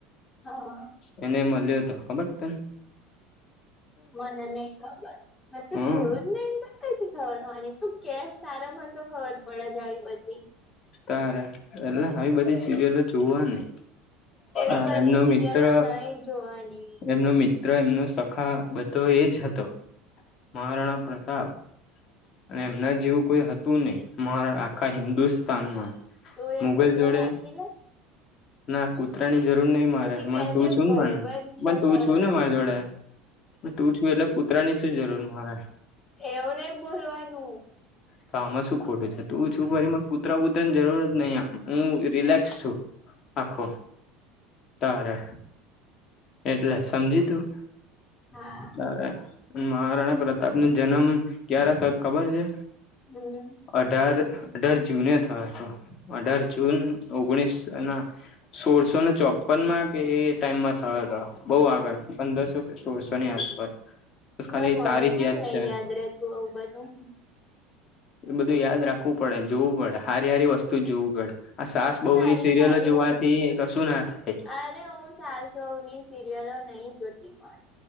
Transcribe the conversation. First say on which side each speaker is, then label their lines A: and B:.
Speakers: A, on the left; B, on the left.
A: હહ અ
B: એને મળ્યો તો. ખબર છે તન?
A: મને નહીં ખબર. મેં તો
B: હમ
A: જોયો જ નહીં <inaudible> ખબર હોવાની તું કેસ સારા મને તો ખબર પડે જ આવી બધી.
B: તારે એટલે આવી બધી સિરિયલો જોવાની.
A: એવી
B: હહ
A: બધી
B: એમનો
A: સિરિયલો
B: મિત્ર
A: નહી જોવાની
B: એમનો મિત્ મિત્ર એમનો સખા બધો એ જ હતો. મહારાણા પ્રતાપ. અને એમના જેવું કોઈ હતું નહીં. મારા આખા હિન્દુસ્તાનમાં.
A: તું એક
B: મુગલ
A: કૂતરો
B: જોડે
A: રાખી લે.
B: ના કૂતરાની જરૂર નઈ મારે.
A: પછી
B: મારે
A: કેજે
B: તું છું
A: ભાઈબંધ
B: ન બન બન તું
A: મારો
B: છે ને માર જોડે. તું છું એટલે કૂતરાની શું જરૂર મારે.
A: એવું નહીં બોલવાનું.
B: તો આમાં શું ખોટું છે. તું છું ફરી મન કૂતરા બૂતરાની જરૂર જ નહી આમ. હું રિલેક્સ છું. આખો તારે. એટલે સમજી તું.
A: હા
B: બરાબર. મહારાણા પ્રતાપનો જનમ ક્યારે થયો ત ખબર છે?
A: હમ
B: અઢાર અઢાર જૂને થયો તો અઢાર જૂન ઓગણીસ ના સોળસો ને ચોપનમાં કે એ ટાઈમમાં થયો તો બહુ આગળ. પંદરસો કે સોળસોની આસપાસ બસ
A: મેં
B: ખાલી
A: મને
B: તારીખ
A: કેમ નઈ
B: છે
A: યાદ રેતું આવું બધું.
B: એ બધું યાદ રાખવું પડે. જોવું પડે હારી હારી વસ્તુ જોવું પડે. આ સાસ
A: હું
B: બહુની
A: સારી
B: સિરિયલો
A: સારી
B: જોવાથી
A: વસ્તુ
B: કશું ના થાય.
A: અરે ઓસ સાસ બહુની સિરિયલો નહી જોતી પણ.